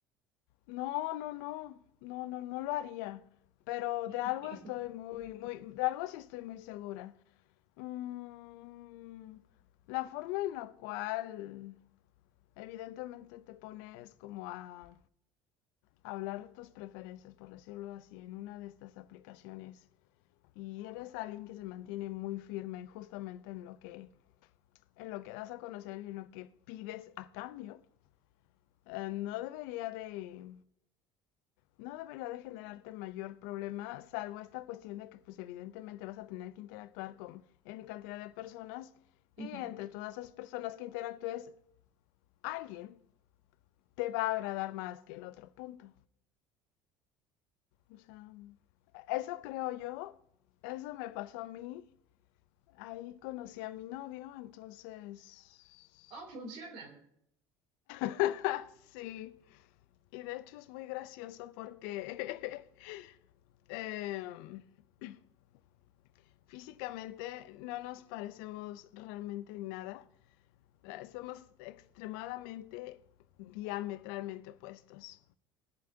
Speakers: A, on the left; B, on the right.
A: no, no, no, no, no, no lo haría. Pero
B: <laughs>
A: de algo estoy muy, muy, de algo sí estoy muy segura. Mm, la forma en la cual evidentemente te pones como a hablar tus preferencias, por decirlo así, en una de estas aplicaciones y eres alguien que se mantiene muy firme justamente en lo que, en lo que das a conocer y en lo que pides a cambio, eh, no debería de... No debería de generarte mayor problema, salvo esta cuestión de que pues evidentemente vas a tener que interactuar con N cantidad de personas
B: Ujú.
A: y entre todas esas personas que interactúes, alguien te va a agradar más que el otro punto. O sea, eso creo yo, eso me pasó a mí. Ahí conocí a mi novio, entonces...
B: Oh, funciona.
A: <laughs> sí. Y de hecho es muy gracioso porque <laughs> em, <clears throat> físicamente no nos parecemos realmente en nada. Eh, Somos extremadamente diametralmente opuestos.